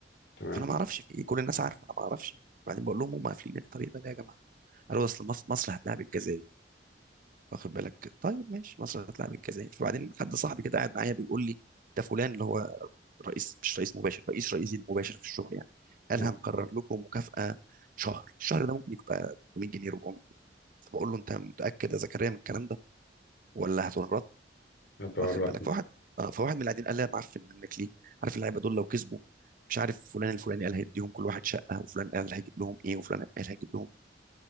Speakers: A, on the left (about 75°); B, on the right (about 50°).
A: تمام
B: فانا ما اعرفش في ايه كل الناس عارفه انا ما اعرفش بعدين بقول لهم هم قافلين الطريق ده ليه يا جماعه قالوا اصل مصر مصر هتلاعب الجزائر واخد بالك طيب ماشي مصر هتلاعب الجزائر فبعدين حد صاحبي كده قاعد معايا بيقول لي ده فلان اللي هو رئيس مش رئيس مباشر رئيس رئيسي المباشر في الشغل يعني قال
A: آه،
B: هنقرر لكم مكافأة شهر الشهر ده ممكن يبقى 300 جنيه 400 جنيه فبقول له انت متأكد يا زكريا من الكلام ده ولا هتورط
A: أنا تورطنا
B: واخد بالك فواحد اه فواحد من اللي قاعدين قال لي يا معفن منك ليه عارف اللعيبه دول لو كسبوا مش عارف فلان الفلاني قال هيديهم كل واحد شقه وفلان قال هيجيب لهم ايه وفلان قال هيجيب لهم إيه.